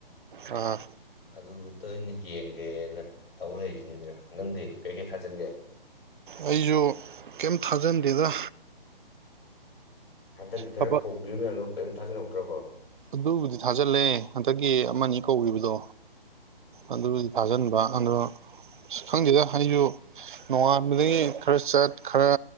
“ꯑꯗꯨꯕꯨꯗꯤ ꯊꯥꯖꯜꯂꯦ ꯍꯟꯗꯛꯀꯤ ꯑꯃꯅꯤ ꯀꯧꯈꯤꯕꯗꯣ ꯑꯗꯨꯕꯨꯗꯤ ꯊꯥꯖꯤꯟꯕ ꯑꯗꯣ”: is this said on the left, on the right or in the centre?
Right